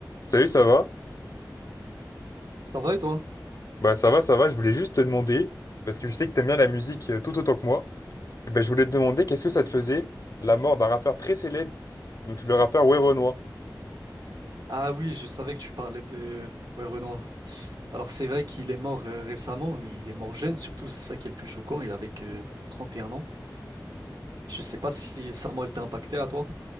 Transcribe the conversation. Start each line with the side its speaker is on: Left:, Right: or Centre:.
Left: Salut, ça va?
Right: Ça va et toi?
Left: Bah ça va, ça va, je voulais juste te demander, parce que je sais que t'aimes bien la musique euh, tout autant que moi, et ben je voulais te demander qu'est-ce que ça te faisait la mort d'un rappeur très célèbre, donc le rappeur Werenoi.
Right: Ah oui, je savais que tu parlais de ouais, Renoir. Alors c'est vrai qu'il est mort euh, récemment, il est mort jeune surtout, c'est ça qui est le plus choquant, il avait que 31 ans. Je sais pas si sa mort elle t'a impacté à toi.